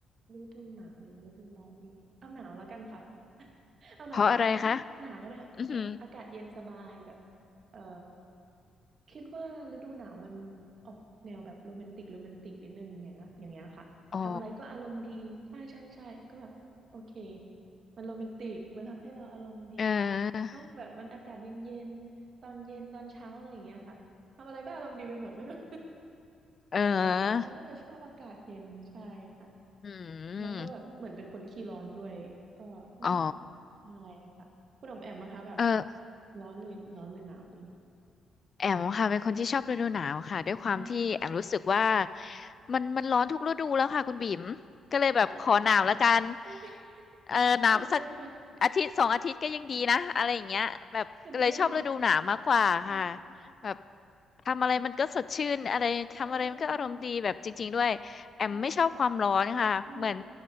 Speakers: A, on the right; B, on the left.
A: ฤดูหนาวหรือฤดูร้อนดีเอาหนาวแล้วกันค่ะ <laughs> เอาหนาวก็ได้
B: เพราะอะไรคะ
A: <laughs> หนาวก็ได้แบบอากาศเย็นสบายแบบ
B: อืม
A: เออ คิดว่าฤดูหนาวมันออกแนวแบบโรแมนติกโรแมนติกนิดนึงอย่างเงี้ยอย่างเงี้ยค่ะทำอะไรก็อารมณ์ดีใช่ใช่ใช่ก็แบบโอเค
B: อ๋อ
A: มันโรแมนติกมันทำให้เราอารมณ์ดี
B: เออ
A: เนาะแบบมันอากาศเย็นเย็นตอนเย็นตอนเช้าอะไรอย่างเงี้ยค่ะทำอะไรก็อารมณ์ดีไปหมดไม่รู้
B: เออ
A: <laughs> น่าน่าจะน่าจะชอบอากาศเย็นใช่ค่ะ
B: อืม
A: แล้วก็แบบเหมือนเป็นคนขี้ร้อนด้วยก็น่าจะ
B: อ๋อ
A: ใช่ค่ะคุณออมแอมนะคะแบบ
B: เออ
A: ร้อนหรือร้อนหรือหนาวดี
B: แอมค่ะเป็นคนที่ชอบฤดูหนาวค่ะด้วยความที่แอมรู้สึกว่า
A: อ่
B: มันมันร้อนทุกฤดูแล้วค่ะคุณบิ๋มก็เลยแบบขอหนาวแล้วกัน
A: า โอเค <laughs>
B: เออหนาวสัก
A: เห็นด้วยค่ะ
B: อาทิตย์สองอาทิตย์ก็ยังดีนะอะไรอย่างเงี้ยแบบก็เลยชอบฤดูหนาวมากกว่าค่ะ
A: เห็นด้วยค่ะอืม
B: แบบทำอะไรมันก็สดชื่นอะไรทำอะไรมันก็อารมณ์ดีแบบจริงๆด้วยแอมไม่ชอบความร้อนค่ะเหมือน
A: ใช่ใช่ใช่ใช่ อืม